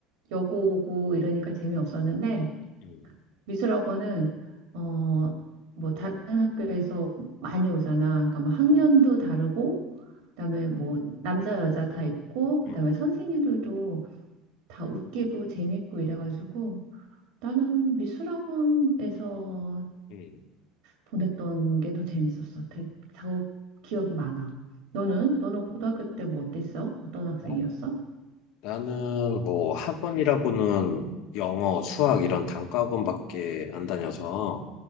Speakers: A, on the right (about 70°); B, on the left (about 60°).
A: 여고고 이러니까 재미없었는데
B: 음.
A: 미술학원은 어 뭐 다른 학교에서 많이 오잖아. 그러니까 뭐 학년도 다르고 그다음에 뭐 남자 여자 다 있고 그다음에
B: 음.
A: 선생님들도 다 웃기고 재밌고 이래가지고 나는 미술학원에서
B: 음.
A: 보냈던 게 더 재밌었어. 되- 더 기억이 많아. 너는 너는 고등학교 때 뭐 어땠어? 어떤 학생이었어?
B: 나- 나는 뭐 학원이라고는 영어, 수학 이런 단과 학원밖에 안 다녀서